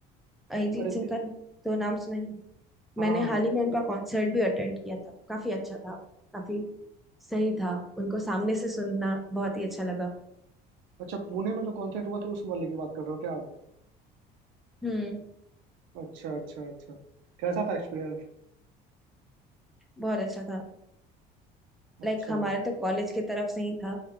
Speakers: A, in the centre; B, on the right.
A: अरिजीत
B: अरे
A: सिंह का तो नाम सुना ही है। मैंने
B: हाँ हाँ हाँ
A: हाल ही में उनका कॉन्सर्ट भी अटेंड किया था काफी अच्छा था काफी सही था उनको सामने से सुनना बहुत ही अच्छा लगा
B: अच्छा पुणे में जो कॉन्सर्ट हुआ था उस वाले की बात कर रहे हो क्या आप
A: हम्म
B: अच्छा अच्छा अच्छा कैसा था एक्सपीरियंस
A: बहुत अच्छा था
B: अच्छा
A: लाइक हमारे तो कॉलेज की तरफ से ही था